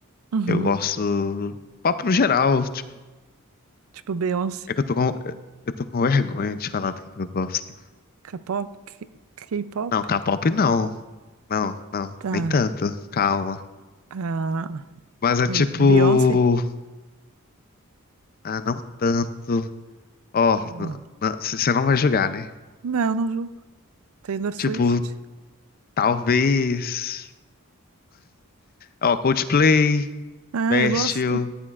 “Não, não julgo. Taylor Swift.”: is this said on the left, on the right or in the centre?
Right